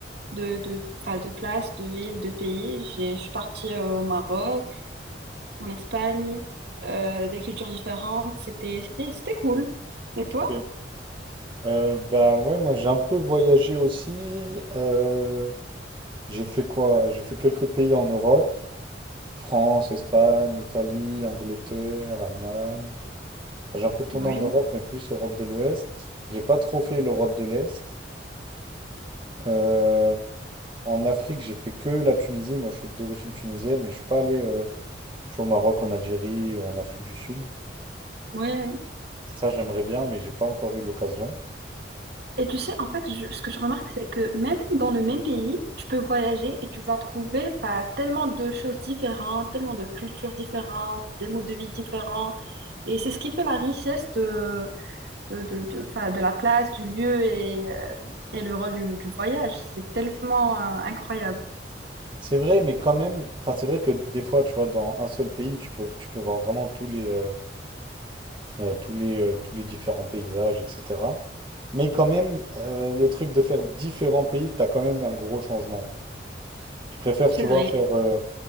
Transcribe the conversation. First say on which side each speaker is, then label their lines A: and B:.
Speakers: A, on the right; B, on the right.
A: de, de, enfin, de places, de villes, de pays. J'ai, je suis partie euh, au Maroc, en Espagne, euh, des cultures différentes. C'était, c'était, c'était cool. Et toi?
B: Ok. Euh, bah ouais, moi j'ai un peu voyagé aussi. Euh, j'ai fait quoi? J'ai fait quelques pays en Europe. France, Espagne, Italie, Angleterre, Allemagne. Enfin, j'ai un peu tourné
A: Oui.
B: en Europe, mais plus Europe de l'Ouest. J'ai pas trop fait l'Europe de l'Est. Euh, en Afrique, j'ai fait que la Tunisie. Moi, je suis d'origine tunisienne, mais je suis pas allé, euh, tu vois, au Maroc, en Algérie ou en Afrique du Sud.
A: Oui.
B: Ça, j'aimerais bien, mais j'ai pas encore eu l'occasion.
A: Et tu sais, en fait, je- ce que je remarque, c'est que même dans le même pays, tu peux voyager et tu vas trouver enfin, tellement de choses différentes, tellement de cultures différentes, des modes de vie différents. Et c'est ce qui fait la richesse de, de, de, de, enfin, de la place, du lieu et, euh, et le rôle du, du voyage. C'est tellement euh, incroyable.
B: C'est vrai, mais quand même, enfin, c'est vrai que des fois, tu vois, dans un seul pays, tu peux, tu peux voir vraiment tous les, euh, euh, tous les, euh, tous les différents paysages, etc. Mais quand même, euh, le truc de faire différents pays, t'as quand même un gros changement. Je préfère,
A: C'est
B: tu vois,
A: vrai.
B: faire euh,